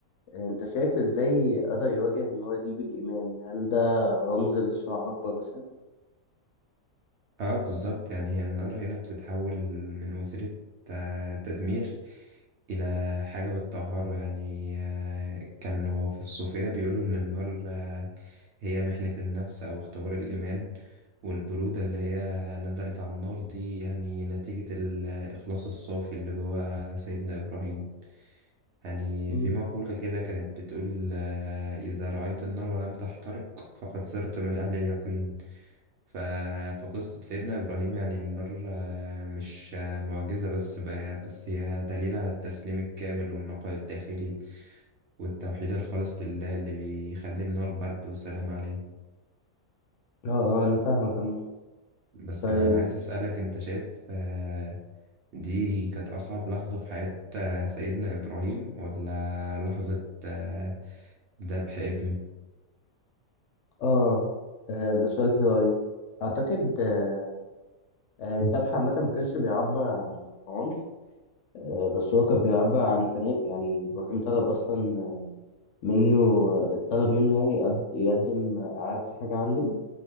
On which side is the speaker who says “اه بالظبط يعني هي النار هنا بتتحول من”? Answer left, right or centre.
Right